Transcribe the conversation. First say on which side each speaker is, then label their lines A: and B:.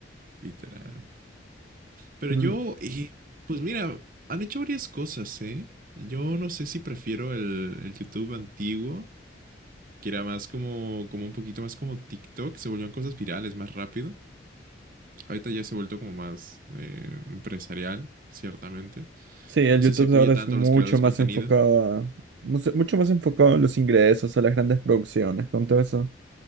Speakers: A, on the right (about 45°); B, on the right (about 70°).
A: literal. Pero
B: Pero
A: yo, eh, pues mira, han hecho varias cosas, ¿eh? Yo no sé si prefiero el, el YouTube antiguo, que era más como, como un poquito más como TikTok, se volvían cosas virales más rápido. Ahorita ya se ha vuelto como más eh, empresarial, ciertamente.
B: Sí, el
A: No sé
B: YouTube
A: si apoya
B: ahora
A: tanto
B: es mucho
A: a los creadores
B: más
A: de contenido.
B: enfocado a, mucho mucho más enfocado a los ingresos, a las grandes producciones, con todo eso.